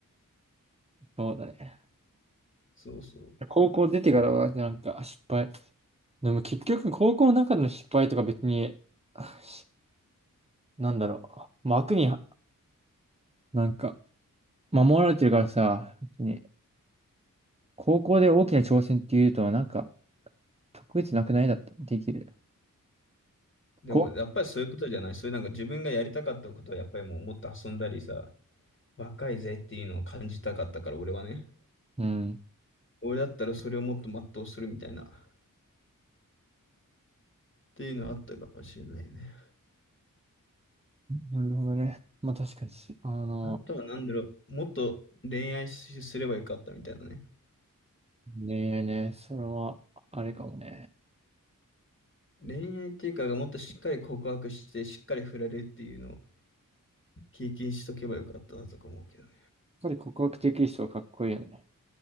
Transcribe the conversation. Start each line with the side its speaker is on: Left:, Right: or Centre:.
Right: そうだね。
Left: そうそう。
Right: 高校出てからはなんか失敗。でも結局高校の中での失敗とか別に、しなんだろう、枠には、なんか、守られてるからさ、別に、高校で大きな挑戦っていうと、なんか、特別なくないだって、できる。
Left: でもやっぱりそういうことじゃない、
Right: こ
Left: そういうなんか自分がやりたかったことはやっぱりもうもっと遊んだりさ、若いぜっていうのを感じたかったから俺はね、
Right: うん。
Left: 俺だったらそれをもっと全うするみたいな。っていうのあったかもしれないね。
Right: なるほどね。まあ確かにし、あの、
Left: あとは何だろう、もっと恋愛しすればよかったみたいなね。
Right: 恋愛ね、それは、あれかもね。
Left: 恋愛っていうか、もっとしっかり告白して、しっかり振られるっていうのを経験しとけばよかったなとか思うけどね。
Right: やっぱり告白できる人はかっこいいよね。